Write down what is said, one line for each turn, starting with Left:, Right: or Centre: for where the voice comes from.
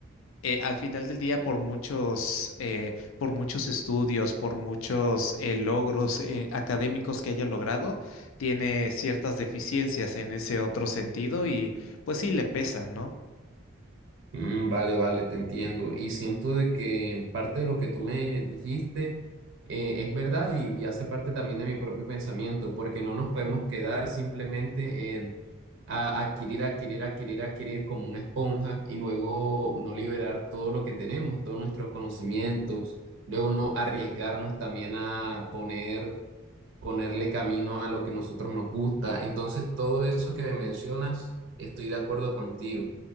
Left: eh, al final del día, por muchos, eh, por muchos estudios, por muchos eh, logros eh, académicos que haya logrado, tiene ciertas deficiencias en ese otro sentido y pues sí le pesan, ¿no?
Right: Mm, vale, vale, te entiendo. Y siento de que parte de lo que tú me dijiste eh, es verdad y, y hace parte también de mi propio pensamiento, porque no nos podemos quedar simplemente en a- adquirir, adquirir, adquirir, adquirir como una esponja y luego no liberar todo lo que tenemos, todos nuestros conocimientos, luego no arriesgarnos también a poner ponerle camino a lo que nosotros nos gusta. Entonces, todo eso que me mencionas, estoy de acuerdo contigo.